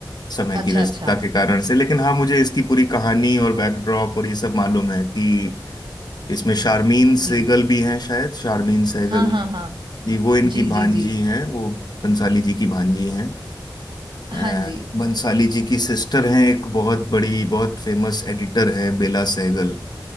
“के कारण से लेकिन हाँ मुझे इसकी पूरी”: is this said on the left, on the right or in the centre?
Left